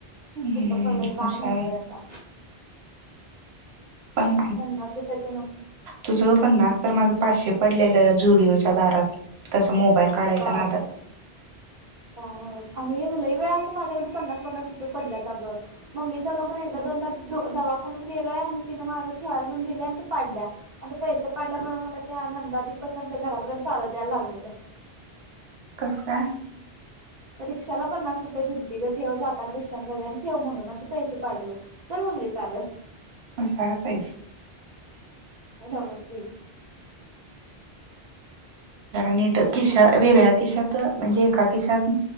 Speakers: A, on the right; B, on the right.
A: हम्म
B: कुठं पडलं काय
A: हुशार
B: माहित
A: आहेस
B: आहे आता
A: पण
B: पन्नास रुपयाचं नोट
A: तुझ पन्नास तर माझ. पाचशे पडलेलं जुडिओच्या दारात तसं मोबाईल काढायच्या
B: अगबाई
A: नादात
B: का बस आणि लई वळा माझ्याकडे पन्नास पन्नास रुपये पडं मम्मी स पण एकदा दोदा दवाख्यात गेलय आणि त मा ठेवायला म्हणून दि आणि त पाडल्या आणि पैश पाडल्यामुळे मला त्या नंदा दिवपस आमच्या घरापर्यंत चाल त्याला लागलेलं.
A: कस काय?
B: रिक्षाला पन्नास रुपये दितीलती गं ठेव जाताना रिक्षा जावे आणि ठेव म्हणून पैसे पाडलो चल म्हणले चाल.
A: हशार सईस
B: ह नमज नाही.
A: नीट किश
B: तुझ
A: वेगळ्या किशात म्हणजे एका किशात